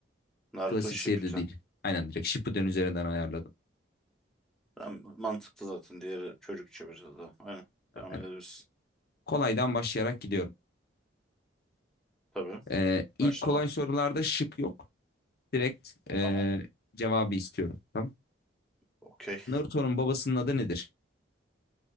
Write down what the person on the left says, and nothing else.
Klasik
seride değil. Aynen direkt Shippuden üzerinden ayarladım.
Aynen.
Kolaydan başlayarak gidiyorum.
E, ilk
kolay
sorularda şık yok. Direkt e,
cevabı istiyorum. Tamam.
Naruto'nun babasının adı nedir?